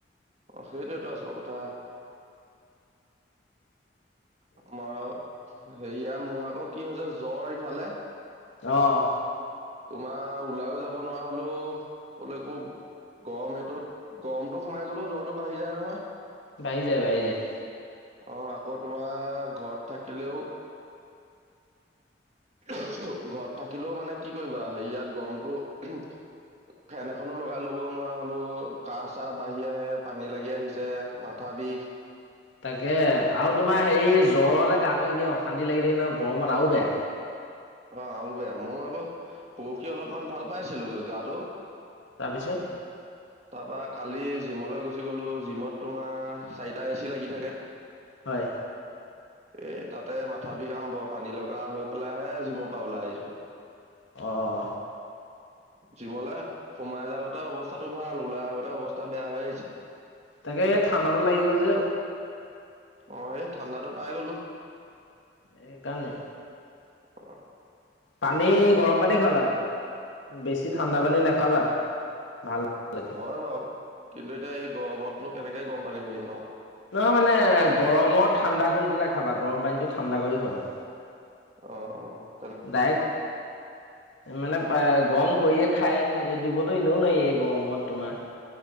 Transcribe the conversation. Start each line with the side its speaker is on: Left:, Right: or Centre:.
Right: অ সেইটোটো আছল কথা আমাৰ হেৰিয়া মোৰ আকৌ কি হৈছে জ্বৰ ইফালে
Left: আহ
Right: তোমাৰ ওলাইও যাব নোৱাৰা হলো কলৈকো গৰম এইটোত গৰমতটো সোমাই গলেও জ্বৰটো বাঢ়ি যায় নহয়।
Left: বাঢ়ি যায় বাঢ়ি যায়।
Right: অ আকৌ তোমাৰ ঘৰত থাকিলেও ঘৰত থাকিলেও মানে কি কৰিবা হেৰিয়াত গৰমটো ফেন এখনো লগাই লব নোৱাৰা হলো কাহ চাহ বাঢ়ি আহে পানী লাগি আহিছে মাথা ভাবি
Left: তাকে আৰু তোমাৰ হেৰি জ্বৰ হ'লে গাটো এনেই অশান্তি লাগি থাকিলে গৰমত আৰু বেয়া।
Right: অ আৰু বেয়া মোৰ আকৌ পৰহি অলপমান ভাল পাইছিলো গাটো।
Left: তাৰপিছত
Right: তাৰপা কালি জিমলৈ গুচি গ'লো জিমত তোমাৰ চাৰিটা এ চি লাগি থাকে।
Left: হয়
Right: এই তাতে মাথা বিষা আৰম্ভ পানী লগা হৈ পেলাই হে জিমৰ পৰা ওলাই আহিছো
Left: অঁ
Right: জিমলে সোমাই যাওঁতে অৱস্থাটো ভাল ওলাই আহোতে অৱস্থা বেয়া হৈ আহিছে
Left: তাকে ঠাণ্ডাটো লাগি গ'ল যে
Right: অঁ সেই ঠাণ্ডাতো পাই গ'লো
Left: এই কাৰণে
Right: অঁ
Left: পানী গৰম পানী খাবা বেছি ঠাণ্ডা পানী নাখাবা ভাল নালাগে।
Right: হয় বাৰু কিন্তু এতিয়া এই গৰমতনো কেনেকে গম পান এইখিনি
Left: নহয় মানে গৰমৰ ঠাণ্ডা কৰি পেলাই খাবা গৰম পানীটো ঠাণ্ডা কৰি খাবা
Right: অঁ অঁ
Left: ডাইক্ মানে গৰম কৰিয়ে খাই দিবতো এনেও নাই এই গৰমৰত তোমাৰ